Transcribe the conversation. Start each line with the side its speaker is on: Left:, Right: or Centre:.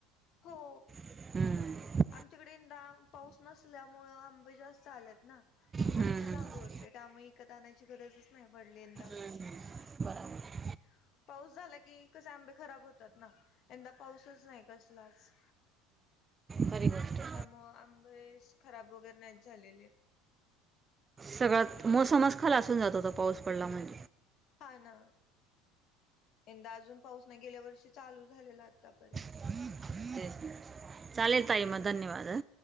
Left: हो.
Right: हम्म.
Left: आमच्याकडे यंदा पाऊस नसल्यामुळ आंबे जास्त आलेत. ना मग
Right: हम्म
Left: घरचेच
Right: हम्म
Left: आंबे होते, त्यामुळे विकत आणायची गरजच नाही पडली यंदा. <inaudible>
Right: हम्म बराबर
Left: पाऊस झाला की कसे आंबे खराब होतात ना यंदा पाऊसच नाही कसलाच.
Right: खरी गोष्ट हाय.
Left: त्यामुळ आंबे अशे खराब वगैरे नाहीच झालेले.
Right: सगळ्यात मोसमच खालासून जातो पाऊस पडला म्हणून.
Left: हा ना यंदा अजून पाऊस नाही, गेल्या वर्षी चालू झालेला आतापर्यंत.
Right: <inaudible> ते चालेल ताई म धन्यवाद ह.